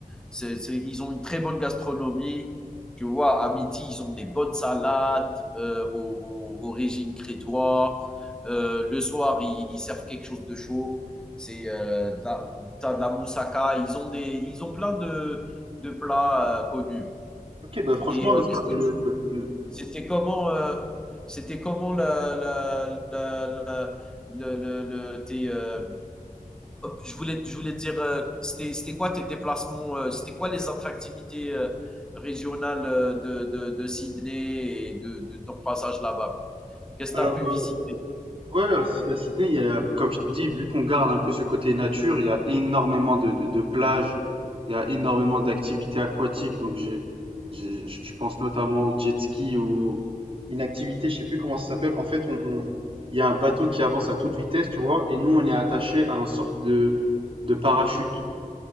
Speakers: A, in the centre; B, on the right.
A: c'est- c'est- ils ont une très bonne gastronomie. Tu vois, à midi, ils ont des bonnes salades euh, au, au- au régime crétois. Euh, le soir, ils, ils servent quelque chose de chaud. C'est euh, de la- t'as de la moussaka. Ils ont des, ils ont plein de, de plats euh, connus.
B: Ok, bah franchement,
A: Et euh,
B: l'Austra-
A: qu'est-ce
B: le,
A: que tu-
B: le-
A: c'était comment, euh, c'était comment la, la, la, la- le, le, le- tes, euh, je voulais, je voulais te dire, euh, c'était c'était quoi tes déplacements, euh, c'était quoi les attractivités euh, régionales euh, de, de, de Sydney et de, de ton passage là-bas? Qu'est-ce
B: alors
A: que tu as pu
B: euh,
A: visiter?
B: Ouais, à Sy- à Sydney, il y a, comme je t'ai dit, vu qu'on garde un peu ce côté nature, il y a énormément de, de, de plages, il y a énormément d'activités aquatiques. Donc, j'ai, j'ai- je je pense notamment au jet ski ou une activité, je sais plus comment ça s'appelle. En fait, on, on- il y a un bateau qui avance à toute vitesse, tu vois, et nous, on est attaché à un sorte de, de parachute.